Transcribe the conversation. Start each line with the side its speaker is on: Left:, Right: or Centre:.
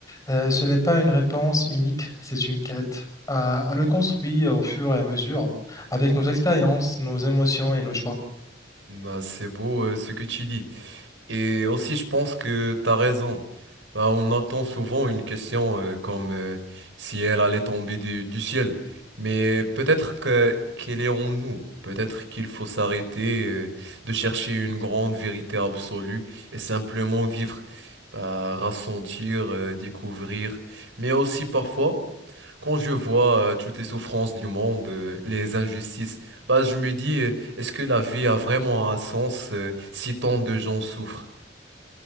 Left: Euh, ce n'est pas une réponse unique, c'est une quête à, à le construire au fur et à mesure, avec nos expériences, nos émotions et nos choix.
Right: Bah, c'est beau euh, ce que tu dis. Et aussi, je pense que t'as raison. Bah, on attend souvent une question euh, comme euh, si elle allait tomber du, du ciel. Mais peut-être que qu'elle est en nous. Peut-être qu'il faut s'arrêter euh, de chercher une grande vérité absolue et simplement vivre, bah, ressentir, euh, découvrir. Mais aussi parfois, quand je vois euh, toutes les souffrances du monde, euh, les injustices, bah, je me dis, euh, est-ce que la vie a vraiment un sens euh, si tant de gens souffrent?